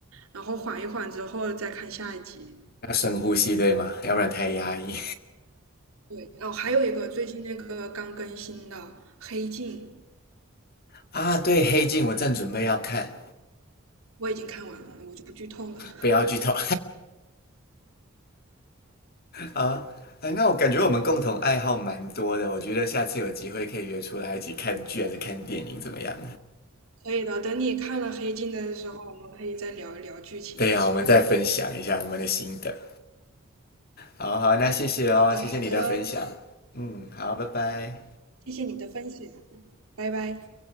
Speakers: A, on the right; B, on the left.
A: 然后缓一缓之后再看下一集。
B: 要深呼吸对吗？要不然太压抑
A: 对，哦，还有一个最近那个刚更新的《黑镜》，
B: 啊。对，《黑镜》我正准备要看，
A: 我已经看完了，我就不剧透了。
B: 不要剧透。啊，哎，那我感觉我们共同爱好蛮多的，我觉得下次有机会可以约出来一起看剧还是看电影，怎么样？
A: 可以的，等你看了《黑镜》的时候，我们可以再聊一聊剧情什么的。
B: 对呀、我们再分享一下我们的心得。好好，那谢谢哦，
A: 好的，
B: 谢谢你的分享。
A: 好的，
B: 嗯，好，拜拜。
A: 谢谢你的分享，拜拜。